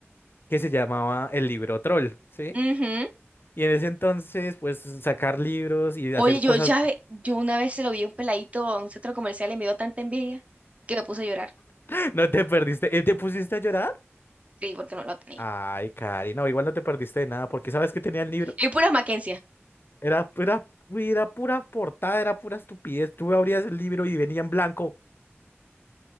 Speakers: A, on the left (about 50°); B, on the right (about 30°).
A: que se llamaba El libro troll, ¿sí?
B: Ujú.
A: Y en ese entonces, pues sacar libros y
B: Oye,
A: hacer
B: yo
A: cosas.
B: ya, ve- yo una vez se lo vi a un peladito a un centro comercial y me dio tanta envidia que me puse a llorar.
A: <laughs> No te perdiste. ¿Eh, ¿Te pusiste a llorar?
B: Sí, porque no lo tenía.
A: Ay, Cari, no, igual no te perdiste de nada, porque ¿sabes que tenía el libro?
B: Y puras Mackenzie.
A: Era, era, uy, era pura portada, era pura estupidez. Tú abrías el libro y venía en blanco.